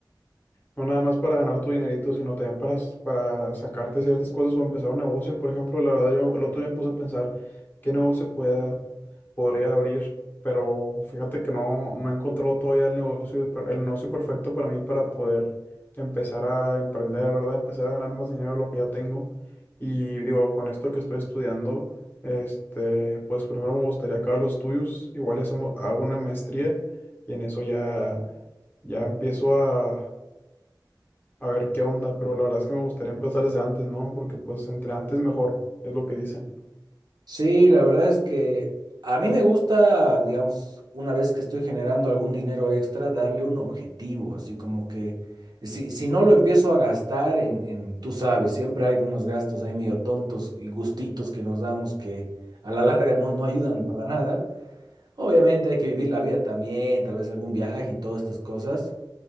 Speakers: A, on the left; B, on the right.
A: No nada más para ganar tu dinerito, sino también para, s- para sacarte ciertas cosas o empezar un negocio. Por ejemplo, la verdad, yo el otro día me puse a pensar qué negocio podía podría abrir, pero fíjate que no, no he encontrado todavía el negocio, per- el negocio perfecto para mí para poder empezar a emprender, ¿verdad? Empezar a ganar más dinero de lo que ya tengo. Y digo, con esto que estoy estudiando, este, pues primero me gustaría acabar los estudios, igual y hacemos, hago una maestría y en eso ya, ya empiezo a, a ver qué onda, pero la verdad es que me gustaría empezar desde antes, ¿no? Porque pues entre antes mejor, es lo que dicen.
B: Sí, la verdad es que a mí me gusta, digamos, una vez que estoy generando algún dinero extra, darle un objetivo, así como que si, si no lo empiezo a gastar en, en, tú sabes, siempre hay unos gastos ahí medio tontos y gustitos que nos damos que a la larga no, no ayudan para nada. Obviamente hay que vivir la vida también, tal vez algún viaje y todas estas cosas